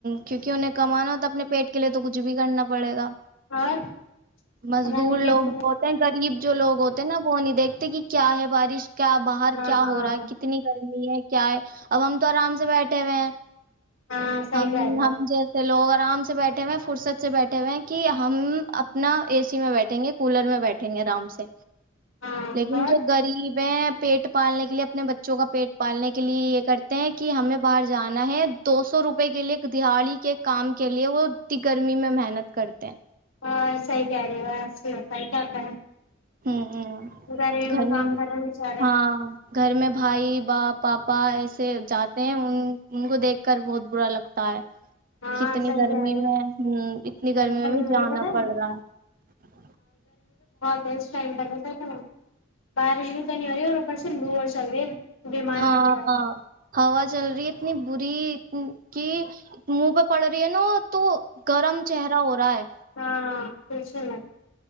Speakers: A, on the right (about 45°); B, on the left (about 80°).
A: کیونکہ انہیں کمانا ہو تو اپنے پیٹ کے لیے تو کچھ بھی کرنا پڑے گا
B: اور پتا
A: مزدور
B: نہیں کیسے
A: لوگ جو ہوتے ہیں غریب جو لوگ ہوتے ہیں نا وہ نہیں دیکھتے کہ کیا ہے بارش کیا باہر
B: ہاں
A: کیا
B: ہاں
A: ہو رہا ہے کتنی ہے کیا ہے اب ہم تو آرام سے بیٹھے ہوئے ہیں
B: ہاں صحیح
A: ہم
B: کہہ رہے ہو
A: ہم جیسے لوگ آرام سے سے بیٹھے ہوئے ہیں فرصت سے بیٹھے ہوئے ہیں کہ ہم اپنا اے سی میں بیٹھیں گے کولر میں بیٹھیں گے آرام سے
B: ہاں
A: لیکن
B: اور
A: جو غریب ہیں پیٹ پالنے کے لیے اپنے بچوں کا پیٹ پالنے کے لیے یہ کرتے ہیں کہ ہمیں باہر جانا ہے دوست سو روپئے کے لیے دہاڑی کے کام کے لیے وہ گرمی میں محنت کرتے ہیں
B: ہ سی ت رہے بس س کیا کریں <inaudible>
A: ہ ہ
B: گرمی
A: گھر میں
B: کام کر رہے ہیں بچارے
A: ہاں گھر میں بھائی باپ پاپا ایسے جاتے ہیں ان ان کو دیکھ کر بہت برا لگتا ہے
B: ہاں
A: کتنی
B: صحیح
A: گرمی
B: کہہ رہے
A: میں
B: ہو
A: ہ اتنی گرمی میں بھی
B: ہو رہی
A: جانا
B: ہے پتہ
A: پڑ
B: ہے
A: رہا ہے
B: ائم کر تھاک نا بارش بھی کنی ہو رہی ہے اور اوپر سے لو اور چل رہی ہے بیمار
A: ہاں
B: کرنے والی
A: ہوا چل رہی اتنی بری کی منہ پہ پڑ رہی ہے نا تو گرم چہرہ ہو رہا ہے
B: ہاں بس ن